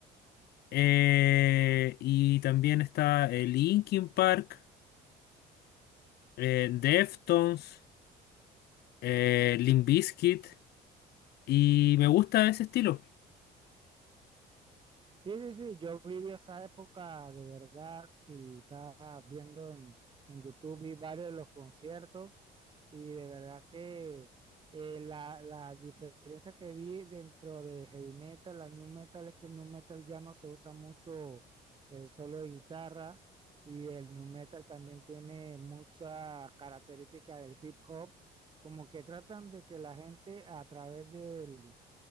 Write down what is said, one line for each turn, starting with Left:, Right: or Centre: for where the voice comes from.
Left: eh, y también está eh, Linkin Park, eh, Deftones, eh, Limp Bizkit y me gusta ese estilo.
Right: Sí, sí, sí. Yo viví esa época de verdad y estaba viendo en, en YouTube, vi varios de los conciertos. y de verdad que eh, la, la diferencia que vi dentro de heavy metal a new metal es que el new metal ya no se usa mucho el solo de guitarra y el new metal también tiene mucha característica del hip hop, como que tratan de que la gente a través del